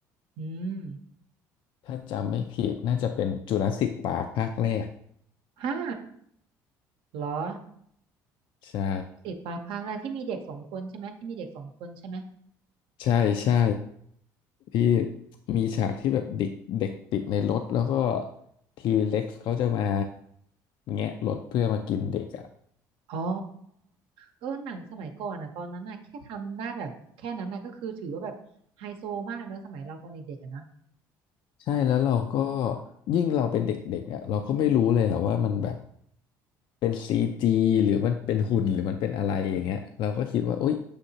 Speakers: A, on the right (about 65°); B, on the left (about 60°).
A: อืม
B: ถ้าจำไม่ผิดน่าจะเป็นจูราสสิกปาร์คภาคแรก
A: ห้าเหรอ
B: ใช่
A: ติดปากภาคแรกที่มีเด็กสองคนใช่ไหมที่มีเด็กสองคนใช่ไหม
B: ใช่ใช่ที่มีฉากที่แบบเด็กเด็กติดในรถแล้วก็ทีเล็กซ์เขาจะมาแงะรถเพื่อมากินเด็กอะ
A: อ๋อเออหนังสมัยก่อนอ่ะตอนนั้นอ่ะแค่ทำได้แบบแค่นั้นน่ะก็คือถือว่าแบบไฮโซมากเลยเนอะสมัยเราตอนเด็กๆอ่ะเนอะ
B: ใช่แล้วเราก็ยิ่งเราเป็นเด็กๆอ่ะเราก็ไม่รู้เลยอ่ะว่ามันแบบเป็นซีจีหรือมันเป็นหุ่นหรือมันเป็นอะไรอย่างเงี้ยเราก็คิดว่าอุ๊ย